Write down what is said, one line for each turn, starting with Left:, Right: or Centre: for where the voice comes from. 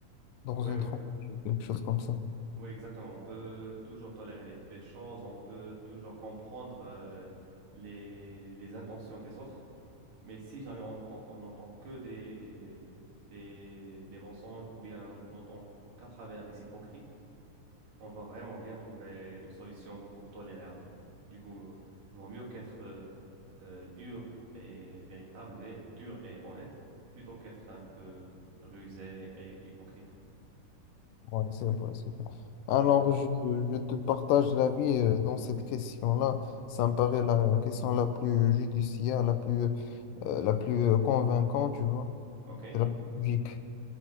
Left: dans
Right: Oui,
Left: une
Right: oui.
Left: trompe, quelque chose comme ça.
Right: Oui, exactement. On peut toujours tolérer des, des choses, on peut toujours comprendre euh, les, les intentions des autres, mais si jamais on entend, on n'entend que des, des, des mensonges ou bien on n'entend qu'à travers des hypocrites, on va vraiment rien trouver une solution pour tolérer après. Du coup, vaut mieux qu'être euh, euh, dur et véritable, vé- dur et honnête, plutôt qu'être un peu rusé et hypocrite.
Left: Ouais, c'est vrai, c'est vrai. Alors,
Right: C'est vrai.
Left: je, je te partage l'avis euh, dans cette question-là. Ça me paraît la question la plus judiciaire, la plus, euh, la plus euh, convaincante, tu vois.
Right: OK?
Left: C'est la plus logique.